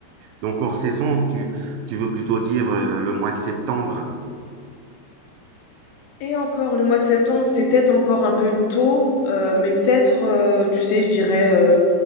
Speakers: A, on the right; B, on the left.
A: Donc hors saison, tu, tu veux plutôt dire euh, le mois de septembre.
B: Et encore, le mois de septembre, c'est peut-être encore un peu tôt, euh, mais peut-être, euh, tu sais, je dirais euh,